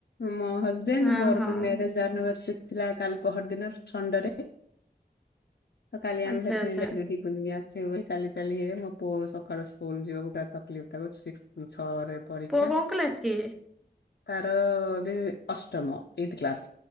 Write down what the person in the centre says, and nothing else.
ହଁ
ହଁ
ଆଚ୍ଛା
ଆଚ୍ଛା
ପୁଅ କୋଉ କ୍ଲାସ କି?